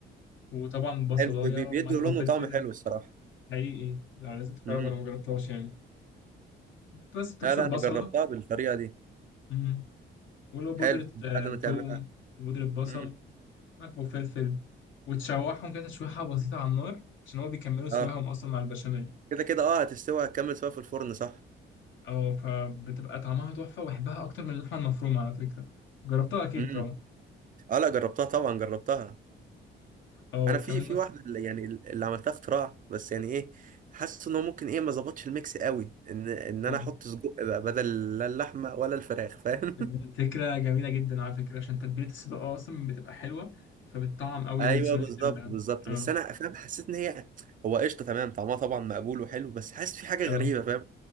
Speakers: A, on the left; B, on the right.
A: وطبعا بصلايه
B: حلو بي- بي- بيدوا
A: وملح
B: لون
A: وفلفل
B: وطعم حلو الصراحه
A: حقيقي لا لازم تجربها
B: امم
A: لو ما جربتهاش يعني بس تبشر
B: لا لا
A: بصله
B: انا جربتها بالطريقه دي
A: امم ولو بودره
B: حلو بعد
A: آه،
B: ما
A: توم
B: تعملها
A: وبودره بصل
B: امم
A: ملح وفلفل وتشوحهم كده تشويحة بسيطة على النار عشان هو بيكملوا سواهم
B: اه
A: أصلا مع البشاميل
B: كده كده اه هتستوي هتكمل سوا في الفرن صح
A: اه فبتبقى طعمها تحفة وبحبها أكتر من اللحمة المفرومة على فكرة جربتها أكيد
B: امم
A: طبعا
B: اه لا جربتها طبعا جربتها
A: اه
B: انا
A: وكمان
B: في في
A: مثلا
B: واحده اللي- يعني اللي عملتها اختراع بس يعني ايه حاسس ان هو ممكن ايه ما ظبطش الميكس قوي ان ان
A: اه
B: انا احط سجق بقى بدل لا اللحمه ولا الفراخ فاهم
A: الفكرة جميلة جدا على فكرة عشان تتبيلة الصدق أصلا بتبقى حلوة فبتطعم أوي
B: ايوه
A: صينية
B: بالظبط
A: ال
B: بالظبط
A: اه
B: بس انا فاهم حسيت ان هي هو قشطه تمام طعمها طبعا مقبول وحلو بس حاسس في حاجه
A: اه
B: غريبه فاهم